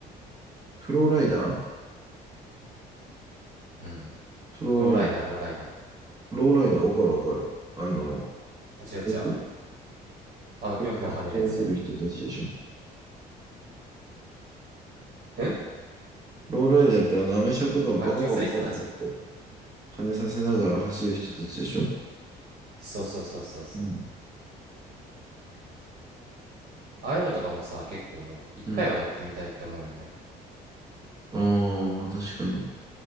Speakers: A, on the right; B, on the right.
A: フローライダー
B: うん。
A: フローライダー。
B: ローライダー、ローライダー。
A: ローライダー、わかるわかる。あの、
B: うちうちは、
A: でしょ
B: あの、
A: 車を走らせる人たちでしょ
B: ぴょんぴょん跳ねるやつね。うん
A: ローライダーってあの、アメ車とかバコバコバコバコ
B: 発狂する人たち
A: 跳ねさせながら走る人たちでしょ
B: そそうそうそうそうそう。
A: うん。
B: ああいうのとかもさ、結構、一回は乗ってみたいって思うよね。
A: うん。ああ、確かに。